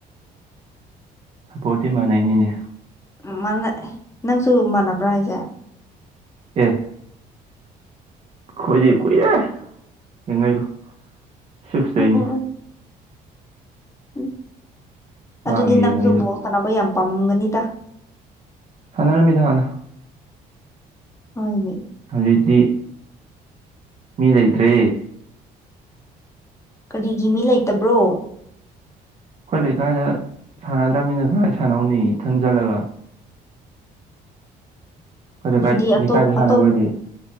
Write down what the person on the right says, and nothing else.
ꯁꯞꯄꯣꯔꯠꯇꯤ ꯃꯥꯟꯅꯩꯅꯤꯅꯦ
ꯑꯦ ꯈꯣꯏꯗꯤ ꯀꯨꯢꯔꯦ ꯌꯦꯡꯉꯩꯗꯣ ꯁꯤꯛꯁꯇꯩꯅꯤ
ꯃꯥꯒꯤ
ꯌꯦꯡꯉꯛꯏꯗꯣ
ꯁꯥꯟꯅꯔꯝꯃꯤꯗ ꯍꯥꯟꯅ
ꯍꯧꯖꯤꯛꯇꯤ ꯃꯤ ꯂꯩꯇ꯭ꯔꯦ
ꯈꯣꯏ ꯂꯩꯀꯥꯏꯗ ꯁꯥꯟꯅꯗ꯭ꯔꯝꯅꯤꯅ ꯀꯥꯏ ꯁꯥꯟꯅꯧꯅꯤ ꯏꯊꯟ ꯆꯠꯂꯒ ꯑꯩꯈꯣꯏ ꯂꯩꯀꯥꯏ
ꯂꯩꯀꯥꯏꯗ ꯁꯥꯟꯅꯕ
ꯑꯣꯏꯗꯤ